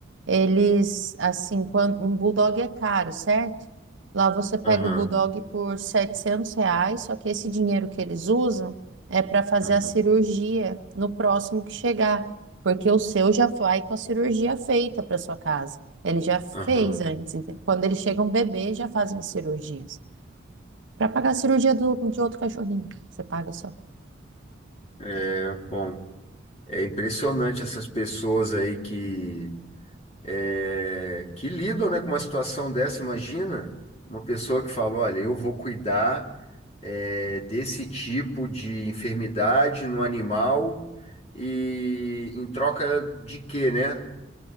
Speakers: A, on the right; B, on the left.
A: eles, assim, quando um bulldog é caro, certo? Lá você pega
B: Aham,
A: o bulldog por 700 reais, só que esse dinheiro que eles usam é para fazer
B: aham,
A: a cirurgia no próximo que chegar, porque o seu já vai com a cirurgia feita para sua casa. Ele já fez
B: aham.
A: antes, entende? Quando eles chegam bebê, já fazem as cirurgias. Para pagar a cirurgia do, de outro cachorrinho, você paga só.
B: É bom. É impressionante essas pessoas aí que é, que lidam, né, com uma situação dessa. Imagina uma pessoa que fala: olha, eu vou cuidar, é, desse tipo de enfermidade no animal e em troca de quê, né?